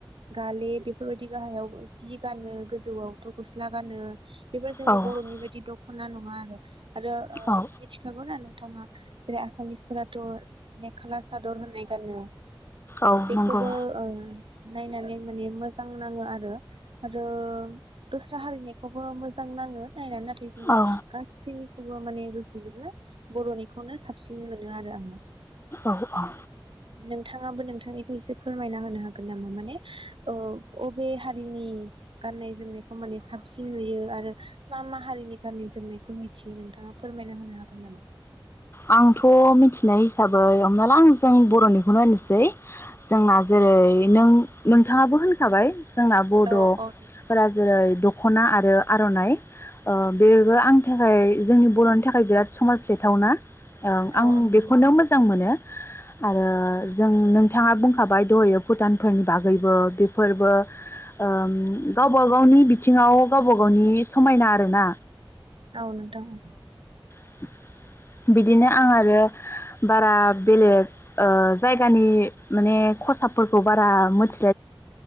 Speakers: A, on the right; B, on the left.
A: गाले बेफोरबायदि गाहायाव जि गानो गोजौआवथ गस्ला गानो बेफोर जोंनि
B: औ
A: बर'नि बायदि दखना न मा। <inaudible> आरो ओ
B: औ
A: मिथिखागौ नो बिथाङा जेरै आसामिसफोराथ मेखाला सादर होननाय गानो
B: औ
A: बेखौबो
B: नंगौ
A: ओ नायनानै माने मोजां नाङो आरो आरो दस्रा हारिनिखौबो मोजां नाङो नायनानै नाथाय
B: औ
A: <inaudible> गासैनिखौबो माने रुजुयोब्ला बरनिखौनो साबसिन मोनो आरो आङो।
B: औ औ।
A: नोंथाङाबो नोंथांनिखौ एसे फोरमायना होनो हागोन नामा माने ओ अबे हारिनि गाननाय जोमनायखौ माने साबसिन नुयो आरो मा मा हारिनि गाननाय जोमनायखौ बेखौ मिथियो नोंथाङा फोरमायना होनो हागोन नामा?
B: आंथ मिथिनाय हिसाबै हमना ला आं जों बर'निखौनो होनोसै जोंना जेरै नों नोंथाङाबो होनखाबाय। जोंना बडफोरा
A: औ औ नोंथां
B: जेरै दखना आरो। आरो आरनाइ ओ बेबो आंनि थाखाय जोंनि बर'नि थाखाय बिराद समान फ्लेथावना आं
A: औ औ
B: बेखौनो मोजां मोनो। आरो जों नोंथाङा बुंखाबाय दहायो भुटानफोरनि बागैबो बेफोरबो ओ गावबा गावनि बिथिङाव गावबा गावनि समायना आरो ना।
A: औ नोंथां औ।
B: <inaudible> बिदिनो आं आरो बारा बेलेग ओ जायगानि माने खसाबफोरखौ बारा मिथि